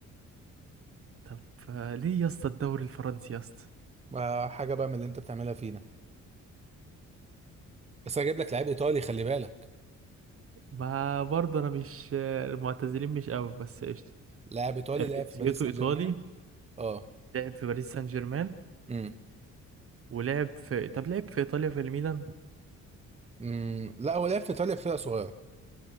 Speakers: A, on the right; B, on the right.
A: طب آه، ليه يا اسطى الدوري الفرنسي يا اسطى
B: آه، حاجه بقى من اللي انت بتعملها فينا بس انا جايب لك لاعب ايطالي خلي بالك
A: ما برضه انا مش المعتزلين مش قوي بس قشطه
B: لاعب ايطالي
A: آه،
B: لعب
A: جنسيته
B: في باريس سان
A: ايطالي
B: جيرمان اه
A: لعب في باريس سان جيرمان
B: امم
A: ولعب في طب لعب في ايطاليا في الميلان
B: امم لا هو لعب في ايطاليا في فرقه صغيره